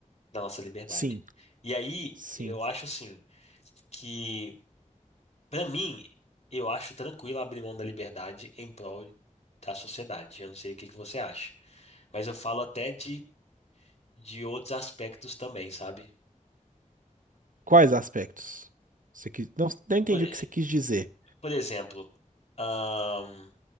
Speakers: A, on the left (about 55°); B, on the right (about 80°).
A: da nossa liberdade.
B: Sim,
A: E aí,
B: sim.
A: eu acho assim, que para mim, eu acho tranquilo abrir mão da liberdade em prol da sociedade. Eu não sei o que que você acha, mas eu falo até de, de outros aspectos também, sabe?
B: Quais aspectos? Você quis... Não, não entendi
A: Por,
B: o que você quis dizer.
A: por exemplo, ahn,